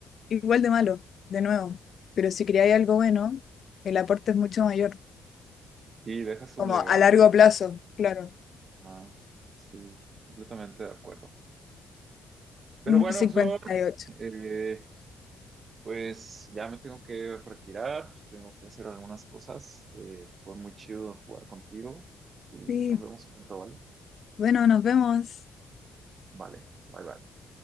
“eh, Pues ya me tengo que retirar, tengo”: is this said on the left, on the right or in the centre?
Right